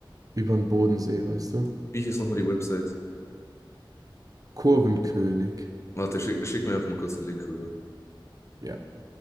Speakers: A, on the right; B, on the left.
A: über den Bodensee, weißt du?
B: Wie hieß nochmal die Website?
A: Kurvenkönig.
B: Warte, schick, schick mir einfach mal kurz den Link rüber.
A: ja.